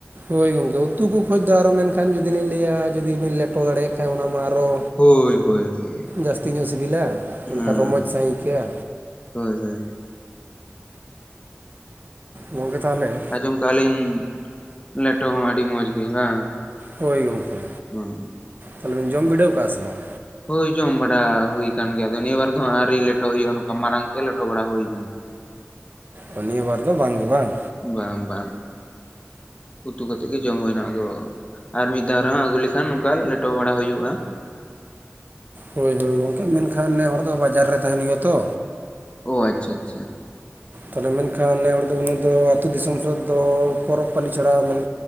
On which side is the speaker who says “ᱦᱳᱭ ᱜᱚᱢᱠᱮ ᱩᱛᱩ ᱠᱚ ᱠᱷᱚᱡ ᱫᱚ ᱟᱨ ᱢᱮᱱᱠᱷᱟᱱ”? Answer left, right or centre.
Right